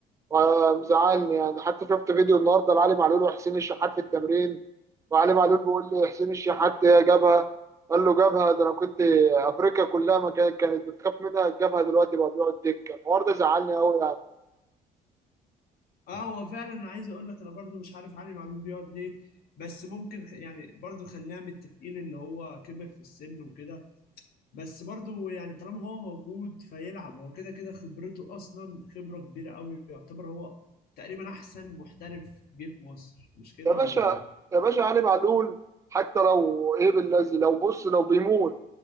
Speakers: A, on the right; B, on the left.
A: ومزعلني يعني حتى شفت فيديو النهارده لعلي معلول وحسين الشحات في التمرين وعلي معلول بيقول لي حسين الشحات جابها قال له جابها ده انا كنت افريقيا كلها ما كانت كانت بتخاف منها جابها دلوقتي بقى بيقعد دكه الحوار ده زعلني قوي يعني
B: اه هو فعلا انا عايز اقول لك انا برضو مش عارف علي معلول بيقعد ليه بس ممكن خ- يعني برضو خلينا متفقين اللي هو كبر في السن وكده بس برضو يعني طالما هو موجود فيلعب هو كده كده خبرته اصلا خبرة كبيرة قوي يعتبر هو تقريبا احسن محترف جه في مصر مش كده
A: يا باشا
B: ولا ايه
A: يا باشا علي معلول حتى لو ايه بالذي لو بص لو بيموت